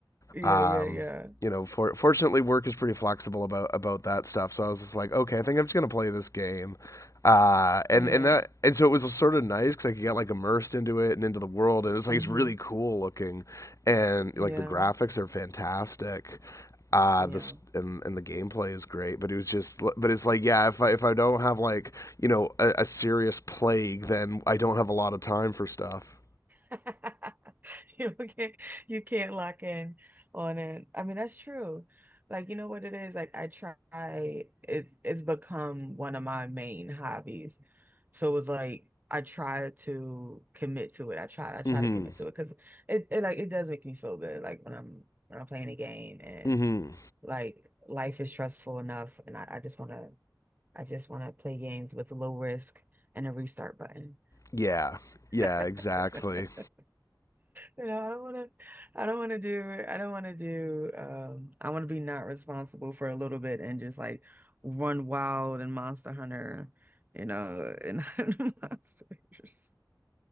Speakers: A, on the right (about 25°); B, on the left (about 45°).
A: Yeah,
B: Um,
A: yeah, yeah.
B: you know, for, fortunately, work is pretty flexible about about that stuff. So I was just like, okay, I think I'm just gonna play this game. Uh, and
A: Yeah.
B: and that and so it was sort of nice because I could get like immersed into it and into the world, and it's like
A: hmm
B: it's really cool looking, and
A: Yeah.
B: like the graphics are fantastic. Uh,
A: Yeah.
B: this and and the gameplay is great, but it was just but it's like yeah, if I if I don't have like you know a, a serious plague, then I don't have a lot of time for stuff.
A: <laughs> <laughs> You can't you can't lock in on it. I mean, that's true. Like, you know what it is? Like I try it's it's become one of my main hobbies. So it was like I try to commit to it. I try I try
B: Mm-hmm.
A: to commit to it because it, it like it does make me feel good. Like when I'm when I'm playing a game and
B: Mm-hmm.
A: like life is stressful enough and I, I just wanna I just wanna play games with low risk and a restart button.
B: Yeah. Yeah.
A: <laughs>
B: Exactly.
A: You know, I don't want to, I don't want to do, I don't want to do, um, I want to be not responsible for a little bit and just like run wild and Monster Hunter, you know, and <laughs> hunt monsters.